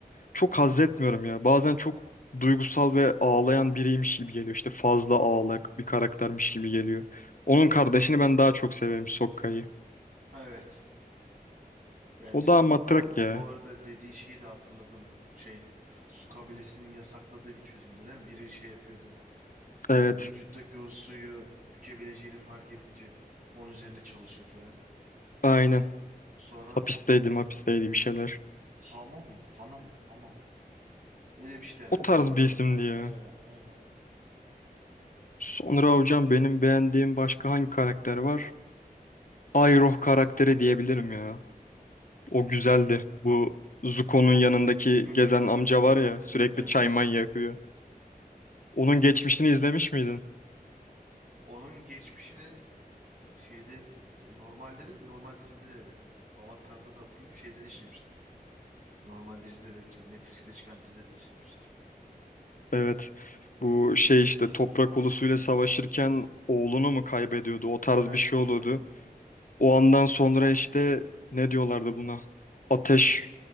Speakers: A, on the left (about 60°); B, on the right (about 65°).
A: çok haz etmiyorum ya. Bazen çok duygusal ve ağlayan biriymiş gibi geliyor. İşte fazla ağlak bir karaktermiş gibi geliyor. Onun kardeşini ben daha çok severim Sokka'yı.
B: Evet. Bence.
A: O daha matrak
B: Ha
A: ya.
B: bu arada dediğin şeyi de hatırladım bu. Şey su kabilesinin yasakladığı bir çözümde değil mi? Biri şey yapıyordu.
A: Evet,
B: Ee, vücuttaki o suyu bükebileceğini fark edince onun üzerine çalışıyor falan.
A: aynen.
B: Sonra
A: Hapisteydi, hapisteydi bir şeyler.
B: Hama mıydı? Hana mı? Hama. Öyle bir şeydi herhalde.
A: O tarz
B: Ondan.
A: bir isimdi
B: Aynen,
A: ya.
B: aynen, aynen.
A: Sonra hocam benim beğendiğim başka hangi karakter var? Iroh karakteri diyebilirim ya. O güzeldi. Bu Zuko'nun yanındaki
B: Hı hı.
A: gezen amca
B: Evet,
A: var ya sürekli
B: evet.
A: çay may yakıyor. Onun geçmişini izlemiş miydin?
B: Onun geçmişini şeyde normalde de normal dizide de Avatar'da da hatırlıyorum. Şeyde de işlemişler onu. Normal dizide de ki o Netflix'te çıkan dizide de işlemişler.
A: Evet. Bu şey işte toprak ulusuyla savaşırken oğlunu mu kaybediyordu? O tarz
B: Evet,
A: bir şey oluyordu.
B: öyle.
A: O andan sonra işte ne diyorlardı buna? Ateş,